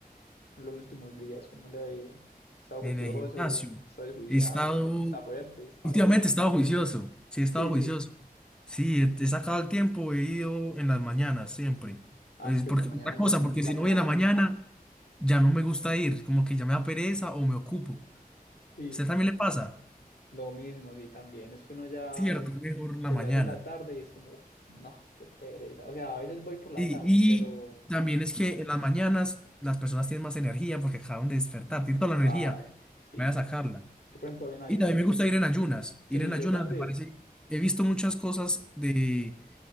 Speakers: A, on the left; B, in the centre.
A: en los últimos días, ¿cómo le ha ido? ¿Está
B: en
A: juicioso?
B: el gimnasio.
A: ¿Está desjuiciado?
B: He estado,
A: ¿Está fuerte? ¿Está
B: Últimamente
A: débil?
B: he estado juicioso, sí, he estado
A: Sí,
B: juicioso.
A: sí.
B: Sí, he he sacado el tiempo, he ido en las mañanas siempre.
A: Ah,
B: Es
A: es
B: porque,
A: que en la mañana
B: otra cosa,
A: es el-
B: porque
A: la
B: si no
A: mejor
B: voy en la mañana,
A: hora.
B: ya no me gusta ir, como que ya me da pereza o me ocupo.
A: Sí.
B: ¿A usted también le pasa?
A: Lo mismo, sí, también. Es que uno ya
B: Cierto, es mejor la
A: se
B: mañana.
A: le hace la tarde y es como, uff, no, qué pereza. O sea, a veces voy por la
B: Y,
A: tarde, pero
B: y también
A: no,
B: es que en las mañanas las personas tienen más energía porque acaban de despertar, tienen toda
A: claro,
B: la energía,
A: sí.
B: voy a sacarla.
A: Yo, por ejemplo, voy en ayunas.
B: Y también me gusta ir en ayunas,
A: Sí,
B: ir en ayunas
A: yo también.
B: me parece, he visto muchas cosas de